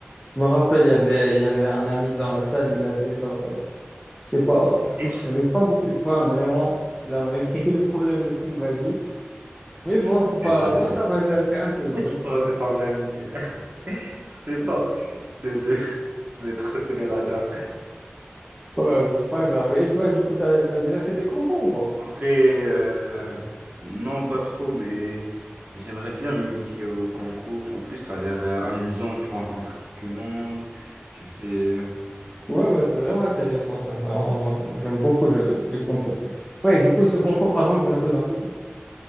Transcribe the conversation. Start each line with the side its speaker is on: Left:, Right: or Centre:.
Centre: Je me rappelle, il y avait, il y avait un ami dans la salle, il avait genre, euh, je sais pas, euh,
Right: <laughs>
Centre: il avait pas beaucoup de points vraiment. Il avait réussi que le problème le plus basique. Mais bon, c'est pas,
Right: Eh, t'as raison.
Centre: moi ça va, j'avais fait un peu mieux.
Right: Pourquoi tu parles de ton ami? <laughs> Ce serait pas de le <laughs> mettre sur les radars.
Centre: Ouais, mais c'est pas grave. Et toi, du coup, t'as, t'as déjà fait des concours ou pas?
Right: En vrai, euh, non, pas trop, mais j'aimerais bien m'initier au concours. En plus, ça a l'air euh, amusant. Tu rencontres du monde, tu fais. euh,
Centre: Ouais, ouais, c'est vraiment intéressant, sincèrement. Moi, moi, j'aime beaucoup le- les concours. Ouais, du coup, ce concours, par exemple, j'avais codé en Python.